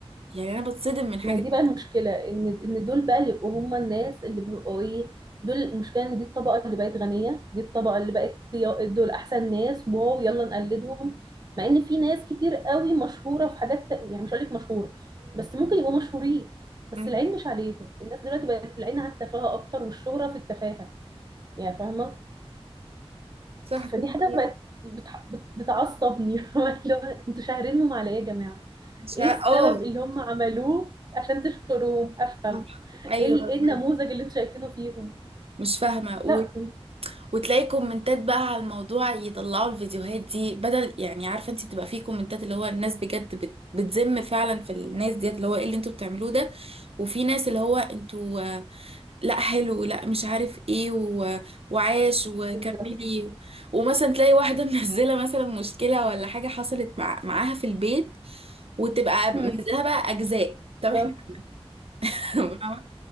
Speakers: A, on the right; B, on the right.
A: يعني أنا بتصدم من حاجة
B: ما دي بقى المشكلة ان ان دول بقى اللي يبقوا هم الناس اللي بيبقوا ايه دول المشكلة ان دي الطبقة اللي بقت غنية دي الطبقة اللي بقت يا- دول احسن ناس واو يلا نقلدهم مع ان في ناس كتير قوي مشهورة في حاجات تا- يعني مش هقولك مشهورة بس ممكن يبقوا مشهورين بس
A: مم.
B: العين مش عليهم الناس دلوقتي بقت العين على التفاهة اكتر والشهرة في التفاهة يعني فاهمة
A: صح دي
B: فدي حاجة
A: حقيقة.
B: بقت بتع... بت- بتعصبني <laughs> اللي هو انتوا شاهرينهم عليا يا جماعة
A: مش
B: ايه
A: ه-
B: السبب
A: اه
B: اللي هم عملوه عشان تشكروهم افهم
A: صح. ايوه
B: ايه ال- ايه
A: بجد
B: النموذج اللي انتوا شايفينه فيهم
A: مش فاهمه و...
B: لا
A: وتلاقي كومنتات بقى على الموضوع يطلعوا الفيديوهات دي بدل يعني عارفه انت بتبقى فيه كومنتات اللي هو الناس بجد بت... بتذم فعلا في الناس ديت اللي هو ايه اللي انتوا بتعملوه ده وفي ناس اللي هو انتوا آه، لا حلو لا مش عارف ايه و... وعاش وكملي
B: بالظبط
A: ومثلا تلاقي واحده <laughs> منزله مثلا مشكله ولا حاجه حصلت مع... معاها في البيت وتبقى منزلها
B: هم،
A: بقى اجزاء طب احنا
B: بالظبط
A: <laughs>